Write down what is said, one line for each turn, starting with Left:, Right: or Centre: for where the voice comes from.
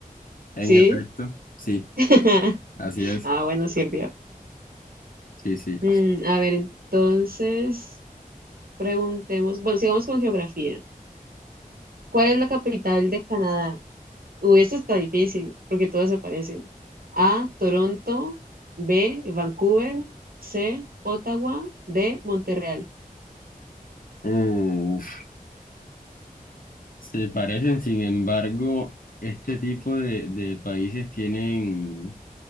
Left: en
Right: sí.
Left: efecto, sí,
Right: <laughs>
Left: así es.
Right: Ah, bueno, sirvió.
Left: Sí, sí.
Right: Mm, a ver, entonces preguntemos, bueno, sigamos con geografía. ¿Cuál es la capital de Canadá? Uy, esto está difícil porque todas se parecen. A, Toronto, B, Vancouver, C, Ottawa, D, Montreal.
Left: Uf, se parecen, sin embargo, este tipo de, de países tienen